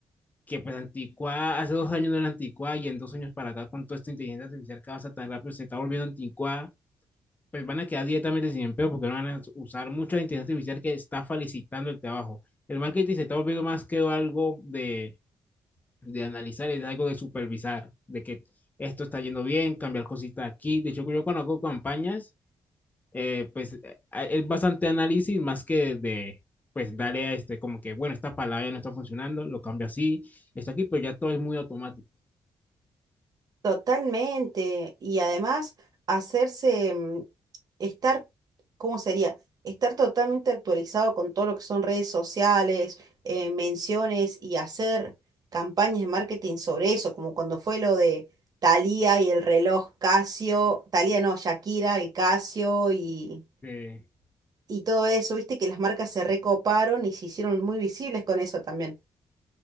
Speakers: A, on the left; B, on the right.
A: que pues Anticuá, hace dos años no era Anticuá y en dos años para acá con toda esta inteligencia artificial que avanza tan rápido se está volviendo Anticuá, pues van a quedar directamente sin empleo porque no van a usar mucha inteligencia artificial que está felicitando el trabajo. El marketing se está volviendo más que algo de, de analizar, es algo de supervisar, de que esto está yendo bien, cambiar cositas aquí. De hecho, yo cuando hago campañas, eh, pues a- es bastante análisis más que de, pues darle a este, como que, bueno, esta palabra ya no está funcionando, lo cambio así, esto aquí, pero ya todo es muy automático.
B: Totalmente. Y además, hacerse mm, estar, ¿cómo sería? Estar totalmente actualizado con todo lo que son redes sociales, eh, menciones y hacer campañas de marketing sobre eso, como cuando fue lo de Thalía y el reloj Casio, Thalía no, Shakira, el Casio y
A: Eh,
B: y todo eso, viste que las marcas se recoparon y se hicieron muy visibles con eso también.